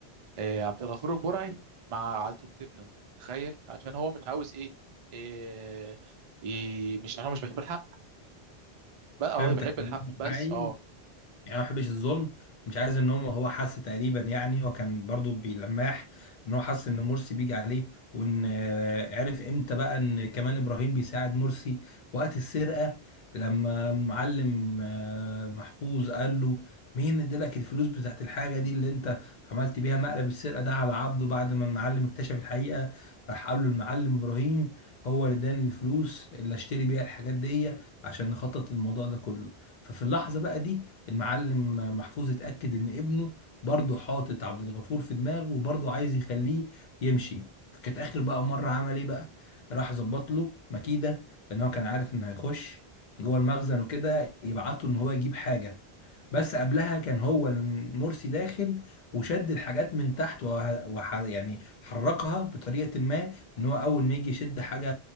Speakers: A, on the right; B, on the left.
A: آه، عبد الغفور البرعي مع عدة ابنه تخيل عشان هو مش عاوز ايه, إيه, إيه مش عشان هو مش بيحب الحق بقى هو
B: فهمتك
A: بيحب الحق بس
B: عايز
A: اه
B: يعني أنا ما بحبش الظلم مش عايز ان هو هو حس تقريبا يعني هو كان برضو بيلمح ان هو حس ان مرسي بيجي عليه وان آه، عرف امتى بقى ان كمان ابراهيم بيساعد مرسي وقت السرقه لما معلم آه، محفوظ قال له مين ادالك الفلوس بتاعت الحاجه دي اللي انت عملت بيها مقلب السرقه ده على عبده بعد ما المعلم اكتشف الحقيقه راح قال له المعلم ابراهيم هو اللي اداني الفلوس اللي اشتري بيها الحاجات دي عشان نخطط الموضوع ده كله ففي اللحظه بقى دي المعلم محفوظ اتأكد إن ابنه برضه حاطط عبد الغفور في دماغه وبرضه عايز يخليه يمشي فكانت آخر بقى مرة عمل إيه بقى راح ظبط له مكيدة لأن هو كان عارف إنه هيخش جوه المخزن وكده يبعته إن هو يجيب حاجة بس قبلها كان هو المرسي داخل وشد الحاجات من تحت وه... وح... يعني حركها بطريقة ما ان هو اول ما يجي يشد حاجه